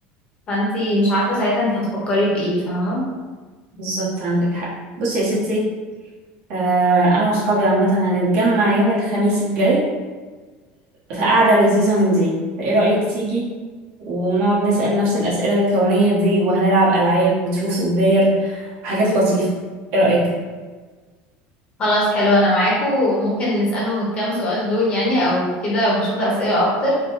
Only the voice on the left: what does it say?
فانتي مش عارفة ساعتها انتي هتفكري بإيه فاهمة
خلاص حلو انا معاكو وممكن نسألهم الكام سؤال دول يعني او كده ونشوف أسئلة اكتر